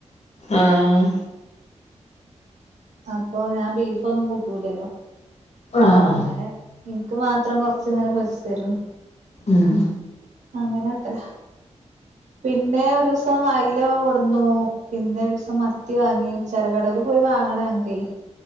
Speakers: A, on the left (about 65°); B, on the right (about 80°).
A: ആഹ്
B: അപ്പൊ ഞാൻ ബീഫ്‌ ഒന്നും കൂട്ടൂലല്ലോ
A: ആഹ്
B: അങ്ങനെ എനിക്ക് മാത്രം കൊറച്ച് ഇങ്ങനെ പൊരിച്ച് തരും
A: ഉം
B: അങ്ങനെട്ടല പിന്നെ ഒരു ദിവസം അയില കൊടുന്നു പിന്നെ ഒരു ദിവസം മത്തി വാങ്ങി ചെറുകടവില് പോയി വാങ്ങണെ ഞങ്ങക്കെ